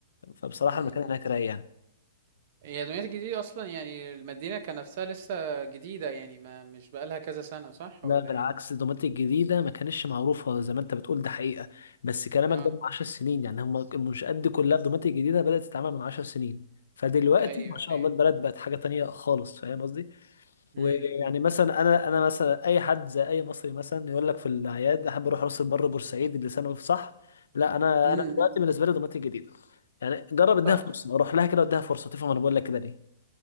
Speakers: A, on the left; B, on the right.
A: فبصراحة
B: مم.
A: المكان هناك رايق يعني
B: هي دمياط الجديدة أصلا يعني المدينة كنفسها لسه جديدة يعني ما مش بقالها كذا سنة صح
A: لا
B: ولا
A: بالعكس
B: إيه؟
A: دوماتيك الجديدة ما كانتش معروفة زي ما أنت بتقول ده حقيقة بس كلامك
B: آه
A: ده من 10 سنين يعني هم المنشآت دي كلها في دوماتيك الجديدة بدأت تتعمل من 10 سنين فدلوقتي
B: أيوه
A: ما شاء
B: أيوه
A: الله البلد بقت حاجة تانية خالص فاهم قصدي؟
B: مم.
A: ويعني
B: مم.
A: مثلا انا انا مثلا اي حد زي اي مصري مثلا يقول لك في الاعياد احب اروح راس البر بورسعيد اللي سنه صح لا انا
B: مم.
A: انا دلوقتي
B: مم.
A: بالنسبه لي دمياط الجديده يعني جرب اديها
B: ط-
A: فرصه اروح لها كده واديها فرصه تفهم انا بقول لك كده ليه